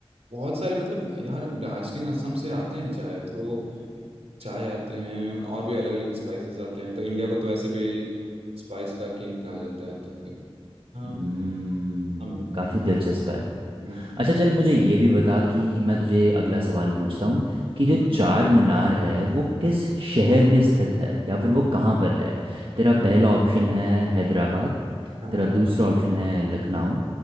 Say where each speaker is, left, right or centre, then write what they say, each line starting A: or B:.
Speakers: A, on the right; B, on the right.
A: बहुत सारे मतलब यार दार्जिलिंग असम से आते हैं चाय तो चाय आते हैं और भी अलग अलग स्पाइसेस आते हैं तो इंडिया को तो ऐसे भी स्पाइस का किंग कहा जाता है तो फिर हाँ
B: हम्म
A: असम है
B: काफी दिलचस्प है
A: हाँ
B: अच्छा चल मुझे ये भी बता कि मैं तुझे अगला सवाल पूछता हूँ कि
A: हम्म
B: जो चार मीनार है वो किस शहर में स्थित है या फिर वो कहाँ पर है तेरा पहला ऑप्शन है हैदराबाद
A: हाँ
B: तेरा
A: हाँ,
B: दूसरा ऑप्शन है लखनऊ